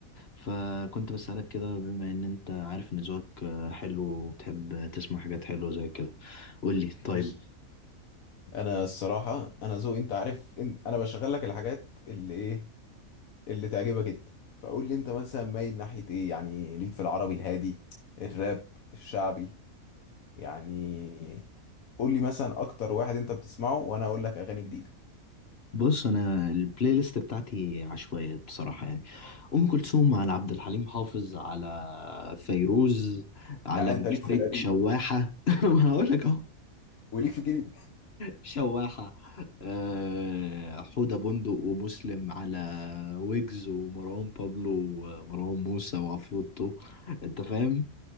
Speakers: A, on the left; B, on the left.
A: فكنت بسالك كده بما ان انت عارف ان ذوقك آه، حلو وبتحب تسمع حاجات حلوه زي كده قول لي
B: بص
A: طيب
B: انا الصراحه انا ذوقي انت عارف انت انا بشغل لك الحاجات اللي ايه اللي تعجبك انت فقول لي انت مثلا مايل ناحيه ايه يعني ليك في العربي الهادي الراب الشعبي يعني قول لي مثلا اكتر واحد انت بتسمعه وانا اقول لك اغاني جديده
A: بص انا البلاي ليست بتاعتي عشوائيات بصراحه يعني ام كلثوم على عبد الحليم حافظ على فيروز على
B: يعني انت ليك
A: شويه
B: في القديم
A: شواحه <laughs> ما هقول لك اهو
B: وليك في الجديد
A: شواحه آه، حوده بندق ومسلم على ويجز ومروان بابلو ومروان موسى وعفروتو انت فاهم